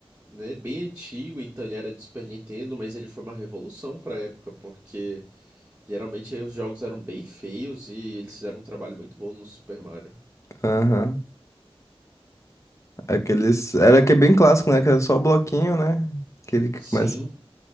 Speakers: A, on the right; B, on the left.
A: né? Bem antigo, então ele era de Super Nintendo, mas ele foi uma revolução pra época, porque Geralmente os jogos eram bem feios e eles fizeram um trabalho muito bom no Super Mario.
B: Aham. Aqueles. Era que é bem clássico, né? Que era só o bloquinho, né? Aquele que
A: Sim,
B: começa.